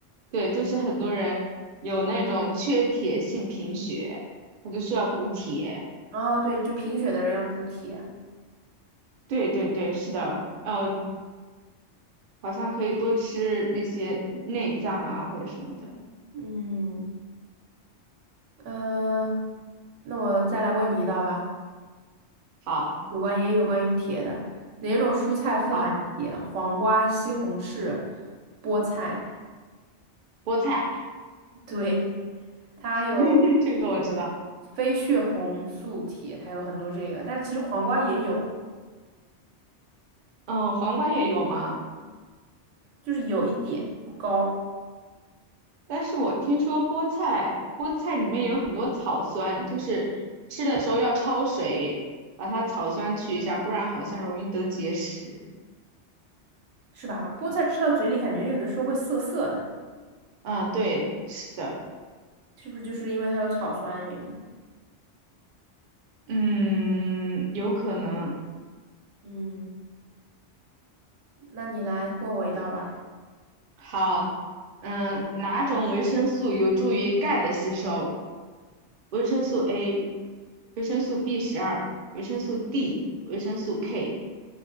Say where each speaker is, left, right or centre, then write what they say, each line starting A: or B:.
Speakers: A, on the right; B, on the right.
A: 对，就是很多人有那种缺铁性贫血，他就需要补铁。
B: 哦，对，就贫血的人要补铁。
A: 对对对，是的，呃，好像可以多吃那些内脏啊或者什么的。
B: 嗯，呃，那我再来问你一道吧。
A: 好，
B: 有关也有关于铁的，哪种蔬菜富含铁？
A: 好，
B: 黄瓜、西红柿、菠菜。
A: 菠菜，
B: 对，它有
A: <laughs> 这个我知道。
B: 非血红素铁，它有很多这个，但是其实黄瓜也有，
A: 嗯，黄瓜也有吗？
B: 就是有一点不高，
A: 但是我听说菠菜，菠菜里面有很多草酸，就是吃的时候要焯水，把它草酸去一下，不然好像容易得结石。
B: 是吧？菠菜吃到嘴里感觉有的时候会涩涩的，
A: 啊，对，是的，
B: 是不是就是因为它有草酸的原因？
A: 嗯，有可能。
B: 嗯，那你来问我一道吧。
A: 好，嗯，哪种维生素有助于钙的吸收？维生素 A、维生素 B 十二、维生素 D、维生素 K。